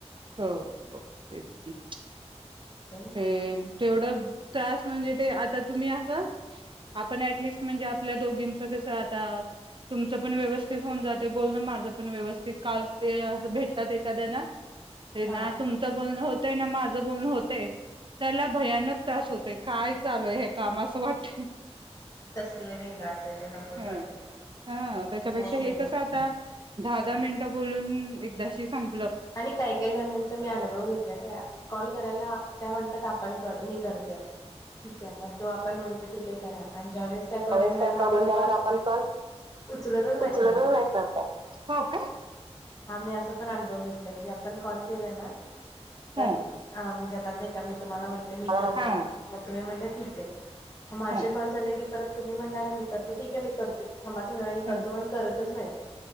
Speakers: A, on the right; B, on the left.
A: हो हो तेच की?
B: अजून
A: हे - तेवढं त्रास म्हणजे ते - आता तुम्ही अस आपण ऍटलिस्ट म्हणजे आपल्या दोघींच कस आता तुमचं पण व्यवस्थित होऊन जातय बोलण माझं पण व्यवस्थित काल ते अस भेटतात एखाद्याला हे
B: हा
A: ना तुमचं बोलणं होतय ना माझं? बोलण होतय त्याला भयानक त्रास होतोय काय चालूय हे काम असं वाटतय
B: तसले ढेंगाळते ते नकोच
A: हाह
B: वाटते
A: ह हा त्याच्यापेक्षा
B: नाही
A: हे कस आता दहा दहा मिन बोलून एकदाशी सं
B: आणि काय काय जणींचा मी अनुभव घेतलाय, त्या कॉल करायला त्या म्हण? त्यात आपण मी करते ठीक आहे मग तु आपण म्हणतो ठीक ये करा आणि ज्या वेळेस त्या करून
A: त्यावेळेस
B: झाल्या,
A: काय करून
B: आपण
A: जाणार
B: कॉल
A: आपण कॉल
B: उचलतच नाहीत
A: उचलतच
B: नंतर
A: नाहीत नंतर हो का
B: हा मी अस पण अनुभव घेत नाही की आपण कॉल केला ना तर
A: हा
B: अ म्हणजे त्यातले कमी तुम्हाला म्हटले मी
A: हा
B: करते,
A: हा
B: मग तुम्ही म्हणाला ठीक आहे, माझे
A: हा
B: कॉल झाले की परत तुम्ही म्हणला ना मी करते ठीक आहे मी करते. थांबा थोड्या वेळाणी करतो
A: ह
B: पण करतच नाहीत?